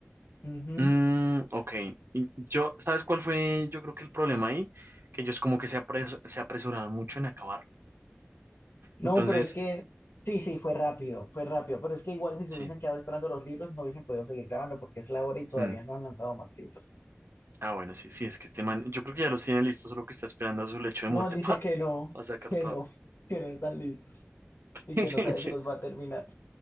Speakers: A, on the left; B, on the right.
A: Ujú.
B: Mm, ok, y yo, ¿sabes cuál fue? Yo creo que el problema ahí, que ellos como que se, apres- se apresuraron mucho en acabar.
A: No,
B: Entonces,
A: pero es que, sí, sí, fue rápido, fue rápido, pero es que igual si se
B: sí.
A: hubiesen quedado esperando los libros no hubiesen podido seguir grabando porque es la hora y todavía
B: mm,
A: no han lanzado más libros.
B: Ah, bueno, sí, sí, es que este man, yo creo que ya los tiene listos, solo que está esperando a su lecho
A: No,
B: de muerte
A: él dice
B: <laughs>
A: que no,
B: para sacar
A: que
B: todo.
A: no, que no están listos
B: <laughs>
A: y que no sabe si los va a terminar.